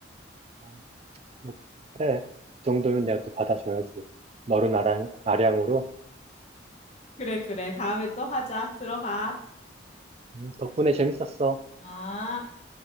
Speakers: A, on the right (about 30°); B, on the left (about 35°).
A: 아, 뭐, 그래. 그 정도면 내가 또 받아줘야지. 너른 아량, 아량으로.
B: 그래, 그래. 다음에 또 하자. 들어가.
A: 음, 덕분에 재밌었어.
B: 아.